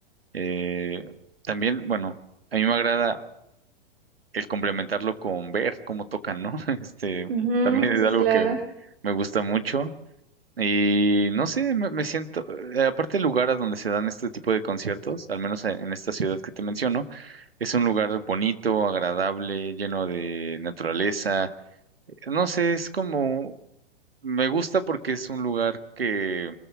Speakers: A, on the right; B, on the right.
A: Eh, también, bueno, a mí me agrada el complementarlo con ver cómo tocan, ¿no? <laughs> Este,
B: Ujú,
A: también
B: sí,
A: es algo
B: claro.
A: que me gusta mucho. Y no sé, me, me siento, eh, aparte el lugar a donde se dan este tipo de conciertos, al menos en, en esta ciudad que te menciono, es un lugar bonito, agradable, lleno de naturaleza. No sé, es como, me gusta porque es un lugar que